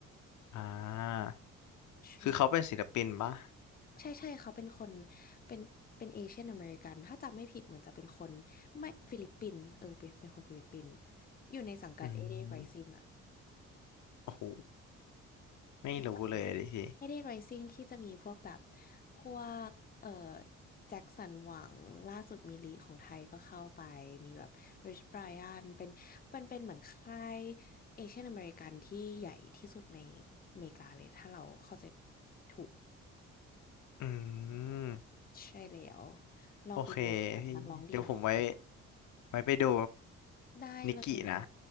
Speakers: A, on the left; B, on the left.
A: อ่า
B: ใช่
A: คือเขาเป็นศิลปินปะ
B: ใช่ใช่เขาเป็นคนเป็นเป็นเอเชียนอเมริกันถ้าจำไม่ผิดเหมือนจะเป็นคนไม่ฟิลิปปินส์เออเป็นเป็นคนฟิลิปปินส์อยู่ในสังกัดเอเด
A: อื
B: i ไรซิงอะ
A: มโอ้โหไม่รู้เลยดิพี่
B: นึกออกไหมเอเด i ไรซิงที่จะมีพวกแบบพวกเอ่อแจ็คสันหวังล่าสุดมีลีของไทยก็เข้าไปมีแบบริชไบร i ันเป็นเป็นเป็นเหมือนค่ายเอเชียนอเมริกันที่ใหญ่ที่สุดในอเมริกาเลยถ้าเราเข้าใจถูก
A: อืม
B: ใช่แล้วลองไปดูแบบนักร้องดีหลายคน
A: โอเคพี่เดี๋ยวผมไว้ ไว้ไปดู
B: ได้เลย
A: นิกกี้นะ